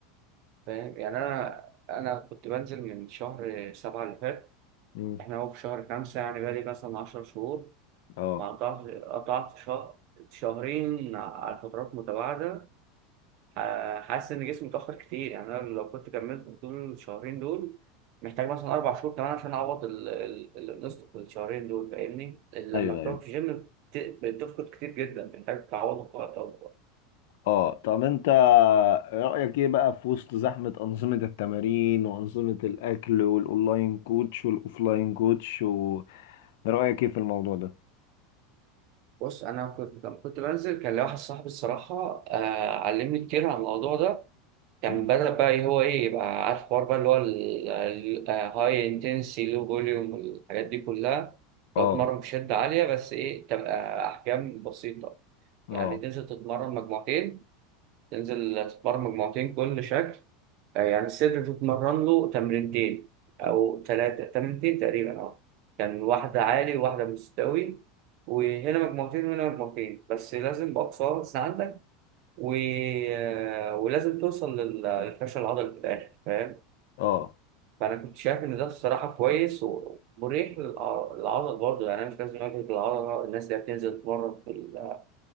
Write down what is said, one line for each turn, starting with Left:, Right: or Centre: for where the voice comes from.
Right: فاهم يعني انا انا كنت بنزل من شهر سبعة اللي فات
Left: مم.
Right: احنا هو في شهر خمسة يعني بقالي مثلا عشر شهور
Left: اه
Right: وقطعت قطعت شهر شهرين على فترات متباعدة ح- حاسس إن جسمي اتأخر كتير يعني أنا لو كنت كملت طول الشهرين دول محتاج مثلا أربع شهور كمان عشان أعوض ال- ال- اللي نقصته في الشهرين دول فاهمني؟ لما
Left: ايوه
Right: بتقعد
Left: ايوه
Right: في جيم بت- بتفقد كتير جدا محتاج تعوضه في وقت أكبر.
Left: اه طب انت رأيك ايه بقى في وسط زحمة أنظمة التمارين وأنظمة الأكل والأونلاين كوتش والأوفلاين كوتش ورأيك ايه في الموضوع ده؟
Right: بص أنا كنت لما كنت بنزل كان لي واحد صاحبي الصراحة آه علمني كتير عن الموضوع ده كان
Left: مم.
Right: بدأ بقى هو إيه يبقى عارف حوار بقى اللي هو الهاي انتنسي لو فوليوم والحاجات دي كلها
Left: اه
Right: لو تتمرن بشدة عالية بس إيه تبقى أحجام بسيطة
Left: اه
Right: يعني تنزل تتمرن مجموعتين تنزل تتمرن مجموعتين كل شكل آه، يعني الصدر تتمرن له تمرينتين أو ثلاثة تمرينتين تقريبا أه كان واحدة عالي وواحدة مستوي وهنا مجموعتين وهنا مجموعتين بس لازم بأقصى وزن عندك و... آه، ولازم توصل لل- للفشل العضلي في الاخر فاهم
Left: اه
Right: فانا كنت شايف ان ده الصراحه كويس ومريح للع- للعضل برضه يعني انا مش لازم اجهد العضله الناس اللي بتنزل تتمرن في ال-